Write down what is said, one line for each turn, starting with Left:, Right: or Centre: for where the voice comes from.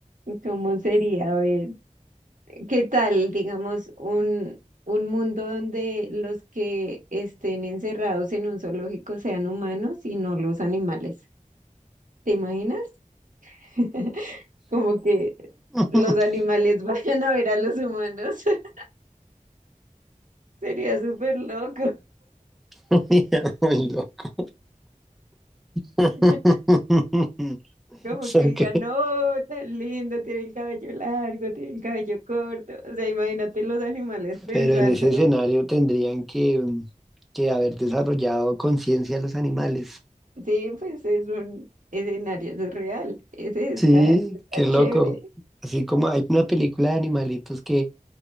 Right: ¿Cómo sería? A ver, ¿qué tal, digamos, un, un mundo donde los que estén encerrados en un zoológico sean humanos y no los animales? ¿Te imaginas? <laughs> como que
Centre: <laughs>
Right: los animales <laughs> vayan a ver a los humanos. <laughs> Sería súper loco.
Centre: Muy loco. <laughs>
Right: <laughs> Como que
Centre: Ok.
Right: digan, no, tan lindo, tiene el cabello largo, tiene el cabello corto. O sea, imagínate los animales pensando.
Centre: Pero en ese escenario tendrían que, que haber desarrollado conciencia los animales.
Right: Sí, pues es un escenario surreal. Ese está,
Centre: Sí,
Right: está
Centre: qué
Right: chévere.
Centre: loco. Así como hay una película de animalitos que